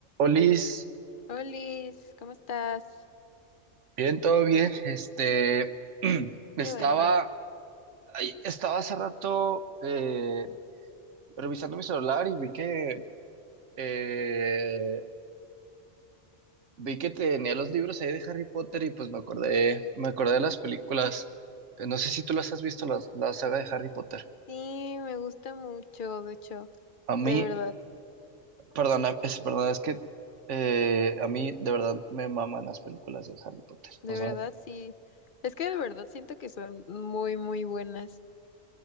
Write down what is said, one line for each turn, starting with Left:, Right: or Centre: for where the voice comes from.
Right: Olis,
Left: Olis, ¿cómo estás?
Right: bien, todo bien. Este, <clears throat> estaba,
Left: Qué bueno.
Right: ay, estaba hace rato eh, revisando mi celular y vi que eh, vi que tenía los libros ahí de Harry Potter y pues me acordé, me acordé de las películas. Eh, No sé si tú las has visto, las, la saga de Harry Potter.
Left: Sí, me gusta mucho, de hecho,
Right: A mí,
Left: de verdad,
Right: perdón, es, perdón es que eh, a mí de verdad me maman las películas de Harry Potter.
Left: de
Right: O sea,
Left: verdad sí. Es que de verdad siento que son muy, muy buenas.